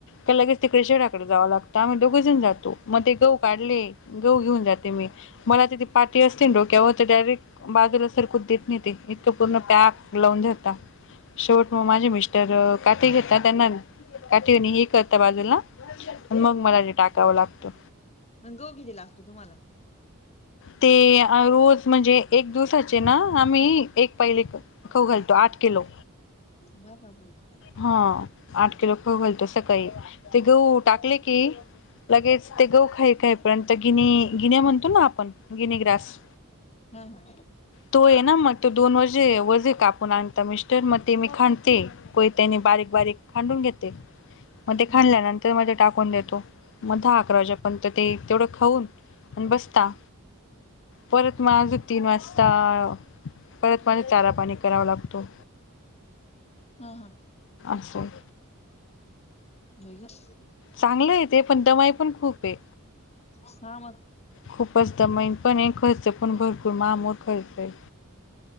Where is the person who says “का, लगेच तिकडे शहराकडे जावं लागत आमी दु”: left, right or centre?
Left